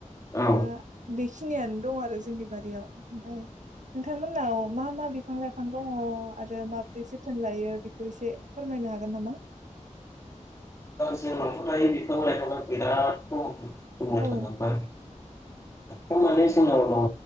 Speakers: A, on the left; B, on the right.
A: औ ओ
B: दा बेखिनियानो दं आरो जोंनि बारियाव ओमफाय नोंथांमोननाव मा मा बिफां लाइफां दङ? आरो माबोरै जोथोन लायो बेखौ एसे फोरमायनो हागोन नामा
A: जोंनावथ' दायो बिफां लाइफांआ बिराद खम बुंनो
B: औ
A: थाङोब्ला ख माने जोंनाव दङ